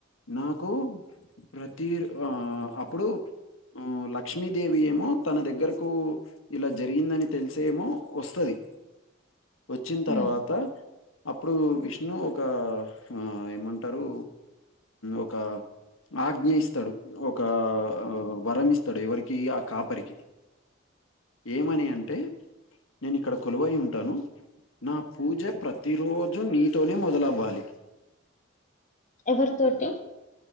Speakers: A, on the left; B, on the left.
A: నాకు ప్రతి ఆ అప్పుడు లక్ష్మీదేవి ఏమో తన దగ్గరకు ఇలా జరిగిందని తెలిసేమో వస్తది వచ్చిన తర్వాత
B: ఉమ్
A: అప్పుడు విష్ణు ఒక ఆ ఏమంటారు ఒక ఆజ్ఞ ఇస్తాడు ఒక వరమిస్త ఇత్తడు ఎవరికి ఆ కాపరికి ఏమని అంటే నేను ఇక్కడ కొలువై ఉంటాను నా పూజ ప్రతిరోజు నీతోనే మొదలవ్వాలి
B: ఎవరి తోటి